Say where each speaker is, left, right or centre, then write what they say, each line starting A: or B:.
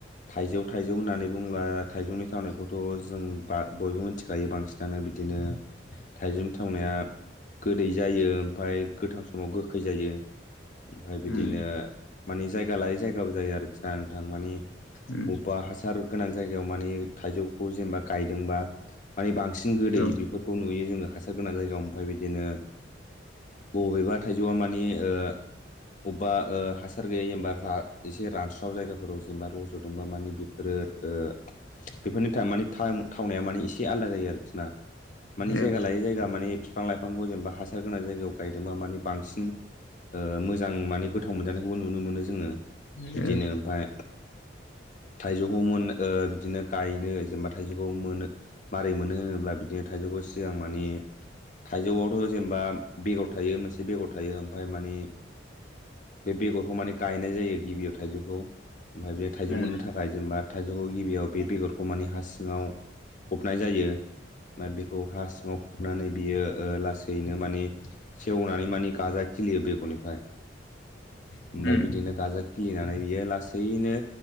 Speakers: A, on the left (about 40°); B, on the left (about 80°).
A: थाइजौ थाइजौ होननानै बुङोब्ला थाइजौनि थावनायखौथ' जों बा बयबो मिथिखायो बांसिन दाना बिदिनो थाइजौ थावनाया गोदै जायो ओमफ्राय गोथां समाव गोखै जायो ओमफ्राय बिदिनो
B: उम
A: मानि जायगा लायै जायगाबो जायो आरोखि ना नोंथां मानि बबेबा
B: उम
A: हासार गोनां जायगायाव मानि थाइजौखौ जेनेबा गायदोंबा मानि बांसिन गोदै
B: औ
A: बेफोरखौ नुयो जोंङो हासार गोनां जायगायाव ओमफ्राय बिदिनो बबेबा थाइजौआ मानि ओ अबेबा ओ हासार गैयै जेनबा एसे रानस्र स्राव जायगाफोराव जेनेबा रज'दोंबा मानि बेफोरो ओ बेफोरनि टाइम माने टाइम थावनाया माने इसे आलदा जायो आरोखिना मानि
B: औ
A: जायगा लायै जायगा मानि बिफां लाइफांखौ जेनेबा हासार गोनां जायगायाव गायदोंबा माने बांसिन ओ मोजां माने गोथाव मोनजानायखौबो नुनो मोनो जोंङो
B: औ
A: बिदिनो ओमफ्राय थाइजौखौ मोन ओ बिदिनो गायनो जेनेबा थाइजौखौ मोनो मारै मोनो होनोब्ला बिदि दिनो थाइजौखौ सिगां माने थाइजौआवथ' जेनेबा बेगर थायो मोनसे बेगर थायो ओमफाय मानि बे बेगरखौ माने गायनाय जायो गिबियाव थाइजौखौ। ओमफाय बे थाइजौ
B: उम
A: मोननो थाखाय जेनेबा थाइजौखौ गिबियाव बे बेगरखौ माने हा सिङाव फबनाय जायो। बा बेखौ हा सिङाव फबनानै बियो ओ लासैनो मानि सेवनानै मानि गाजा खिलियो बेगरनिफ्राय। ओमफाय
B: उम
A: बिदिनो गाजा खिलिनानै बियो लासैनो